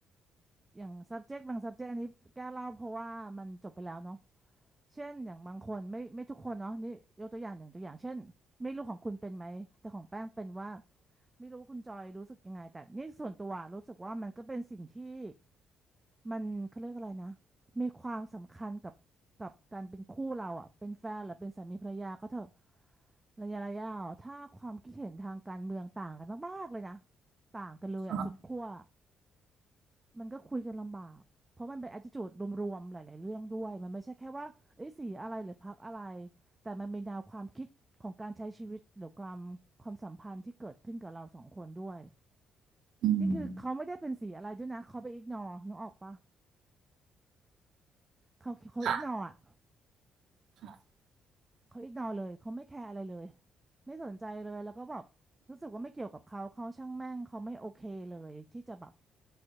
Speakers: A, on the right; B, on the right.
A: อย่าง subject บาง subject อันนี้แก้เล่าเพราะว่ามันจบไปแล้วเนาะเช่นอย่างบางคนไม่ไม่ทุกคนเนาะนี่ยกตัวอย่างอย่างตัวอย่างเช่นไม่รู้ของคุณเป็นไหมแต่ของแป้งเป็นว่า ไม่รู้คุณจอยรู้สึกยังไงแต่นี่ส่วนตัวรู้สึกว่ามันก็เป็นสิ่งที่มันเขาเรียกอะไรนะมีความสำคัญกับกับการเป็นคู่เราอ่ะเป็นแฟนหรือเป็นสามีภรรยาก็เถอะระยะระยะอ่ะถ้าความคิดเห็นทางการเมืองต่างกันมากๆเลยนะต่างกันเลยอ่ะสุดขั้ว
B: ค่ะ
A: มันก็คุยกันลำบากเพราะมันเป็น attitude รวมๆหลายๆเรื่องด้วยมันไม่ใช่แค่ว่าเอ้ยสีอะไรหรือพรรคอะไรแต่มันเป็นแนวความคิดของการใช้ชีวิตหรือความความสัมพันธ์ที่เกิดขึ้นกับเราสองคนด้วย
B: อืม
A: นี่คือเขาไม่ได้เป็นสีอะไรด้วยนะ เขาไปอิกนอนึกออกปะเขาเขาอิกนออ่ะ
B: ค่ะค่ะ
A: เขาอิกนอเลยเขาไม่แคร์อะไรเลย ไม่สนใจเลย แล้วก็แบบรู้สึกว่าไม่เกี่ยวกับเขาเขาช่างแม่ง เขาไม่โอเคเลยที่จะแบบ